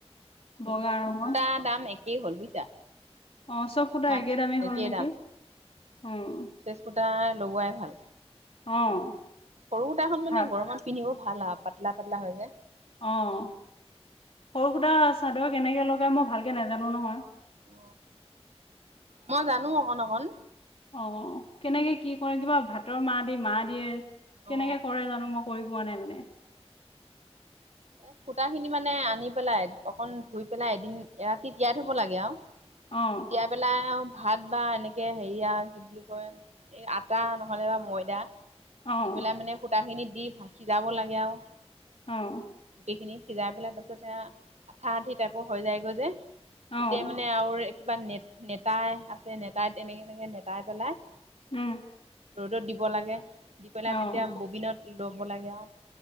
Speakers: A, on the left (about 60°); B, on the right (about 85°).
A: বগা ৰঙৰ।
B: আ দাম এক কেই হ'ল বুজিছা?
A: অ' চব সুতা
B: মাছ
A: একে দামেই হ'ল
B: একেই
A: নেকি? অ'।
B: সুটাই লগোৱাই ভাল।
A: অ',
B: সৰু সুটা খন মানে
A: ভাল
B: গৰমত পিন্ধিব ভাল আৰু পাতলা পাতলা হয় যে।
A: অঁ, সৰু সুতা চাদৰ কেনেকৈ লগাই মই ভালকৈ নাজানো নহয়?
B: অ মই জানো অকন অকন।
A: অ', কেনেকে কি কৰে কিবা ভাতৰ মাৰ দি মা দিয়ে
B: অ
A: কেনেকে কৰে জানো মোক কৰি পোৱা নাই মানে।
B: এ সূতা খিনি মানে আনি পেলাই অকন ধুই পেলাই এদিন এ ৰাতি তিয়াই থব লাগে আৰু।
A: অঁ
B: তিয়াই পেলাই আৰু ভাত বা এনেকে হেৰিয়া কি বুলি কয়, এই আটা নহ'লে বা ময়দা
A: অ',
B: দি পেলাই মানে সূতা খিনি দি সিজাব লাগে আৰু,
A: অ
B: গুটি খিনি সিজাই পেলাই তাৰ পিছত সেয়া আঠা আঠি টাইপৰ হৈ যায়গৈ যে,
A: অ',
B: তেতিয়া মানে আৰু কিবা ন নেতা আছে নেতাই তেনেকে তেনেকে নেতাই পেলাই,
A: উম
B: ৰ'দত দিব লাগে। পেলাই
A: অ'।
B: তেতিয়া ববিনত ল'ব লাগে আৰু